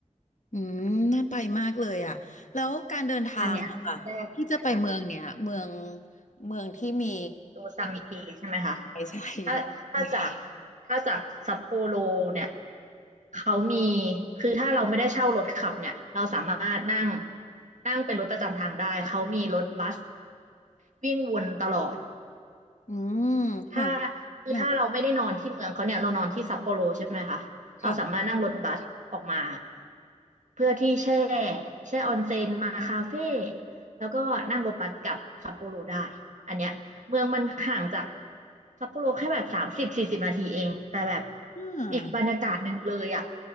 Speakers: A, on the left; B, on the right.
A: อืมน่าไปมากเลยอ่ะแล้วการเดินทางอะค่ะที่จะไปเมืองเนี้ยเมือง
B: อันเนี้ยแรกแนะน
A: เมืองที่มี
B: ตัวซังเกใช่ไหมคะ
A: ใช่ใช่
B: ถ้าถ้าจาก
A: คุณชอบ
B: ถ้าจากซัปโปโรเนี่ยเขามีคือถ้าเราไม่ได้เช่ารถขับเนี่ยเราสามารถนั่งนั่งเป็นรถประจำทางได้เขามีรถบัสวิ่งวนตลอด
A: อืมห่าง
B: ถ้าคือถ้าเราไม่ได้นอนที่เมืองเขาเนี่ยเรานอนที่ซัปโปโรใช่ไหมคะเราสามารถนั่งรถบัสออกมา
A: ห่างจากค่ะ
B: เพื่อที่แช่แช่ออนเซ็นมาคาเฟ่แล้วก็นั่งรถบัสกลับซัปโปโรได้อันเนี้ยเมืองมันห่างจากซัปโปโรแค่แบบสามสิบสี่สิบนาทีเองแต่แบบ
A: อ่า
B: อีกบรรยากาศหนึ่งเลยอะ